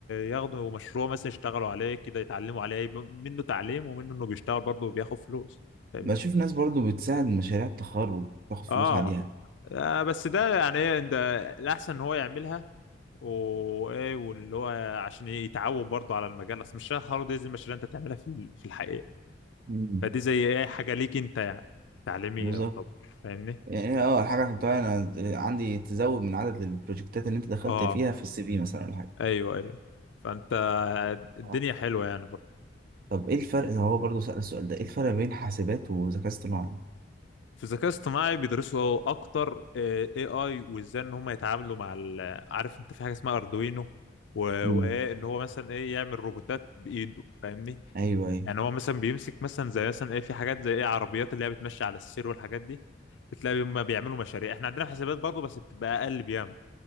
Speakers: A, on the left; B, on the right.
A: ياخدوا مشروع مثلا يشتغلوا عليه كده يتعلموا عليه يبقى منه تعليم ومنه انه بيشتغل برضه وبياخد فلوس فاهمني
B: بشوف ناس برضو بتساعد مشاريع التخرج تاخد فلوس
A: اه
B: عليها
A: آه، بس ده يعني ايه انت الاحسن ان هو يعملها وايه واللي هو عشان يتعود برضه على المجال اصل مش التخرج دي زي المشاريع انت تعملها في ال- في الحقيقه
B: مم.
A: فدي زي ايه حاجه ليك انت يعني تعليميه
B: بالظبط
A: يعتبر فاهمني
B: يعني اه الحاجة اللي حطها انا عندي تزود من عدد البروجكتات اللي انت دخلت
A: اه
B: فيها في السي في مثلا ولا حاجة
A: ايوه ايوه فانت الدنيا
B: طب
A: حلوه يعني برضه
B: طب ايه الفرق هو برضه سأل السؤال ده ايه الفرق بين حاسبات وذكاء اصطناعي؟
A: في الذكاء الاصطناعي بيدرسوا اكتر اي اي وازاي ان هم يتعاملوا مع ال- عارف انت في حاجه اسمها اردوينو و-
B: امم
A: وايه ان هو مثلا ايه يعمل روبوتات بايده فاهمني
B: ايوه ايوه
A: يعني هو مثلا بيمسك مثلا زي مثلا ايه في حاجات زي ايه عربيات اللي هي بتمشي على السير والحاجات دي بتلاقي هم بيعملوا مشاريع احنا عندنا في حسابات برضه بس بتبقى اقل بياما